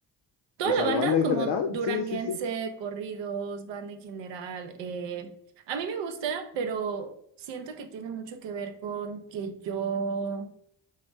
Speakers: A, on the right (about 70°); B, on the left (about 60°).
A: Toda
B: O sea,
A: la banda,
B: ¿la banda
A: como
B: en general?
A: duranguense,
B: Sí, sí, sí.
A: corridos, banda en general, eh, a mí me gusta, pero siento que tiene mucho que ver con que yo